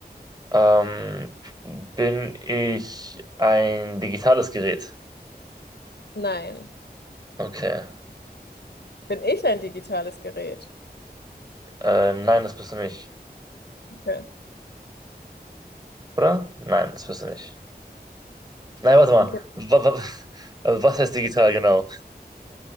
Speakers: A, on the right; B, on the left.
A: Ähm, bin ich ein digitales Gerät?
B: Nein.
A: Okay.
B: Bin ich ein digitales Gerät?
A: Äh, nein, das bist du nicht,
B: Okay.
A: oder? Nein, das bist du nicht. Nein, warte mal.
B: Okay.
A: Wa- wa- <laughs> äh, Was heißt digital genau?